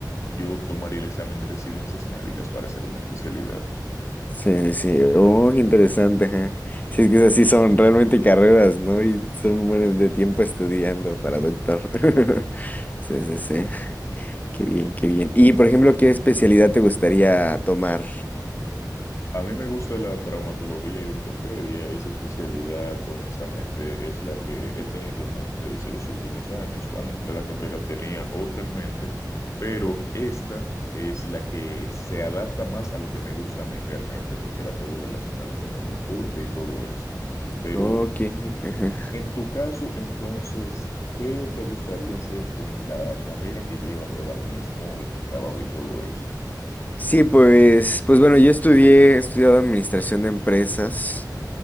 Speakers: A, on the left (about 40°); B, on the left (about 20°).
A: yo tomaría el examen de residencias médicas para hacer una especialidad.
B: Sí, sí, sí. Oh, qué interesante, ajá. Sí, es que esas sí son realmente carreras, ¿no? Y son buenas de tiempo estudiando para doctor. <laughs> Sí, sí, sí. Qué bien, qué bien. Y, por ejemplo, ¿qué especialidad te gustaría tomar?
A: A mí me gusta la traumatología y ortopedia. Esa especialidad, honestamente, es la que he tenido en mente desde los últimos años. Cuando entré a la carrera tenía otra en mente, pero
B: Ujú.
A: esta es la que se adapta más a lo que me gusta a mí realmente, porque la puedo relacionar con el deporte y todo eso. Pero
B: Ok. ajá.
A: en tu caso, entonces, ¿qué te gustaría hacer con la carrera que llevas ahora mismo y tu trabajo y todo eso?
B: Sí, pues, pues bueno, yo estudié, he estudiado administración de empresas